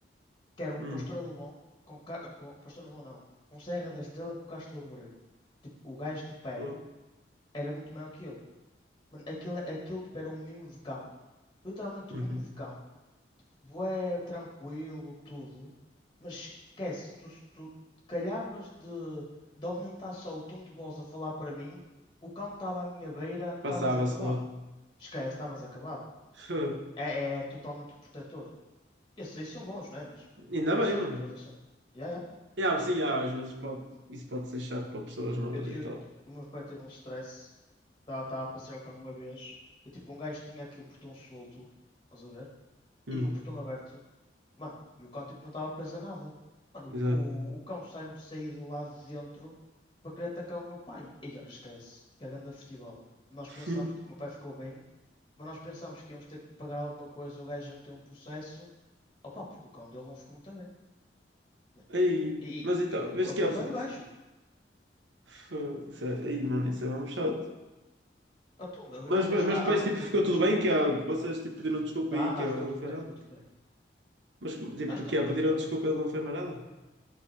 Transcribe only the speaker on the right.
Hum,
oh,
uhum.
Passava-se
logo.
<laughs>
Ainda
bem, mano.
Yeah, sim, yeah, às vezes pode, isso pode ser chato para pessoas novas
e
tal.
Hum,
exato.
<laughs>
Aí,
mas então,
vês
que
é. fo-
fo- Isso é, aí, mano, isso é mesmo chato.
Mas,
mas
depois
tipo,
ficou
tudo
bem,
que ó, vocês tipo, pediram desculpa
e que
ó,
ele
não fez
nada.
Mas tipo,
que
ó, pediram
desculpa e ele não fez mais nada.